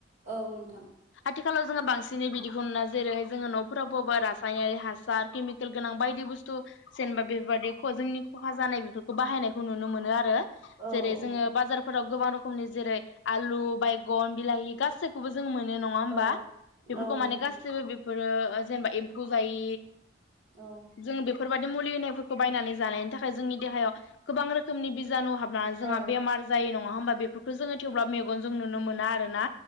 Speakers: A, on the right; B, on the left.
A: औ नोंथां
B: आथिखालाव जोङो बांसिनै बिदिखौ नुना जेरैहाय जोङो नफोराव बबा रासायनारि हासार केमिकेल गोनां बायदि बुस्थु जेनेबा बेफोरबायदि जोंनि खहा जानाय बेफोरखौ बाहायनायखौ नुनो मोनो आरो
A: औ
B: जेरै
A: औ
B: जोङो बाजारफोराव गोबां रोखोमनि जेरै आलु बायगन बिलाहि गासैखौबो जों मोनो नङा हबा
A: औ
B: बेफोरखौ
A: औ
B: माने
A: नोंथां
B: गासिबो बेफोरो जेनेबा एम्फौ जायि
A: औ
B: जों बे बेफोरबायाददि मुलि होनायफोरखौ बायनानै जानायनि थाखाय जोंनि देहायाव गोबां रोखोमनि बिजानु हाब जोंहा
A: औ
B: बेमार जायो नङा होमबा नङा होमबा बेफोरखौ जोङो थेवब्ला मेगनजों नुनो मोना आरोना